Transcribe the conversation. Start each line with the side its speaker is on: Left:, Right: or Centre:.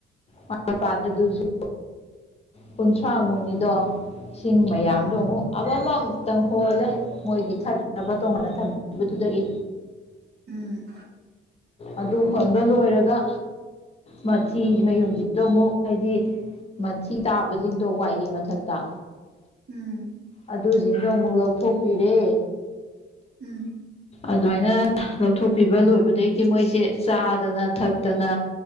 Left: ꯃꯥ ꯄꯥꯠꯇ꯭ꯔꯗꯨꯖꯨ ꯀꯨꯟꯊ꯭ꯔꯥ ꯃꯨꯛꯅꯤꯗꯣ ꯏꯁꯤꯡ ꯃꯌꯥꯝꯗꯣ
Right: ꯎꯝ
Left: ꯑꯃꯨꯛ ꯑꯃꯝ ꯑꯃꯝꯇꯪ ꯍꯣꯜꯂꯦ ꯃꯣꯏꯒꯤ ꯊꯛꯅꯕ ꯇꯣꯉꯥꯟꯅ ꯊꯝꯕꯗꯨꯗꯒꯤ
Right: ꯎꯝ
Left: ꯑꯗꯨ ꯍꯣꯟꯕ ꯂꯣꯏꯔꯒ ꯃꯊꯤ ꯃꯌꯨꯡꯁꯤꯗꫭ ꯑꯃꯨꯛ ꯍꯥꯏꯗꯤ ꯃꯊꯤ ꯇꯥꯕꯁꯤꯡꯗꯣ ꯋꯥꯏꯒꯤ ꯃꯊꯛꯇ
Right: ꯎꯝ
Left: ꯑꯗꯨꯁꯤꯡꯗꯣ ꯑꯃꯨꯛ ꯂꯧꯊꯣꯛꯄꯤꯔꯦ
Right: ꯎꯝ
Left: ꯑꯗꯨꯃꯥꯏꯅ ꯂꯧꯊꯣꯛꯄꯤꯕ ꯂꯣꯏꯕꯗꯩ ꯇꯤ ꯃꯣꯏꯁꯦ ꯆꯥꯗꯅ ꯊꯛꯇꯅ